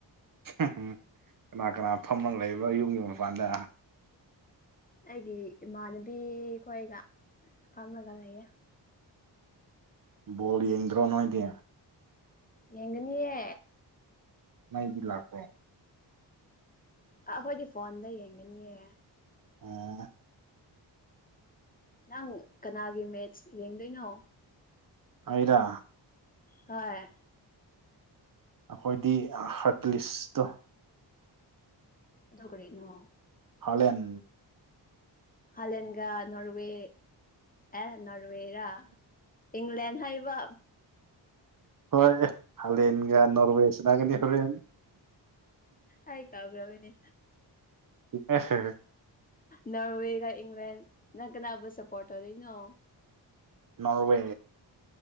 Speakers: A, on the right; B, on the left.
A: ꯎꯝ ꯀꯅꯥ ꯀꯅꯥ ꯐꯝꯃ ꯂꯩꯕ ꯌꯨꯝꯒꯤ ꯃꯄꯥꯟꯗ
B: ꯑꯩꯒꯤ ꯏꯃꯥꯟꯅꯕꯤ ꯈꯣꯏꯒ ꯐꯥꯝꯂꯒ ꯂꯩꯌꯦ
A: ꯕꯣꯜ ꯌꯦꯡꯗ꯭ꯔꯣ ꯅꯣꯏꯗꯤ
B: ꯌꯦꯡꯒꯅꯤꯌꯦ
A: ꯃꯩꯗꯤ ꯂꯥꯛꯄꯔꯣ
B: ꯑꯥ ꯑꯩꯈꯣꯏꯗꯤ ꯐꯣꯟꯗ ꯌꯦꯡꯒꯅꯤꯌꯦ
A: ꯑꯣ
B: ꯅꯪ ꯀꯅꯥꯒꯤ ꯃꯦꯠꯁ ꯌꯦꯡꯗꯣꯏꯅꯣ
A: ꯑꯩꯔꯥ
B: ꯍꯣꯏ
A: ꯑꯩꯈꯣꯏꯗꯤ ꯍꯥꯠꯇꯤꯂꯤꯁꯇꯣ
B: ꯑꯗꯨ ꯀꯔꯤꯅꯣ
A: ꯍꯥꯂꯟ
B: ꯍꯥꯂꯟꯒ ꯅꯣꯔꯋꯦ ꯑꯦ ꯅꯣꯔꯋꯦꯔꯥ ꯏꯪꯂꯦꯟ ꯍꯥꯏꯕ
A: ꯍꯣꯏ ꯍꯥꯂꯦꯟꯒꯥ ꯅꯣꯔꯋꯦ ꯁꯥꯅꯒꯅꯤ ꯍꯣꯔꯦꯟ
B: ꯑꯩ ꯀꯥꯎꯒ꯭ꯔꯕꯩꯅꯦ
A: <unintelligible>
B: ꯅꯣꯔꯋꯦꯒ ꯏꯪꯂꯦꯟ ꯅꯪ ꯀꯅꯥꯕ ꯁꯄꯣꯔꯠ ꯇꯧꯗꯣꯏꯅꯣ
A: ꯅꯣꯔꯋꯦ